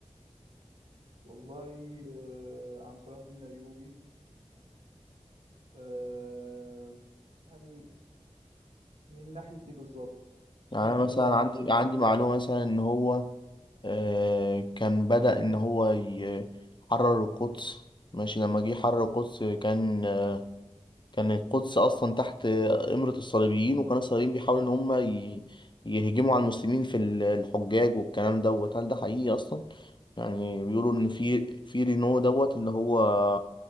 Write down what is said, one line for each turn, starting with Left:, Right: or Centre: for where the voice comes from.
Right: والله آه، عن صلاح الدين الأيوبي آه، يعني من ناحية إيه بالظبط؟ بس
Left: يعني
Right: إحنا
Left: أنا
Right: اتكلمنا
Left: مثلا عندي
Right: عن إن هو
Left: عندي معلومة مثلا إن هو آه، كان بدأ إن هو يحرر القدس ماشي لما جه يحرر القدس كان آه، كان القدس أصلا تحت إمرة الصليبيين وكان الصليبيين بيحاولوا إن هم ي- يهجموا على المسلمين في ال- الحجاج والكلام دوت هل ده حقيقي أصلا؟ يعني بيقولوا إن في في رينو دوت اللي هو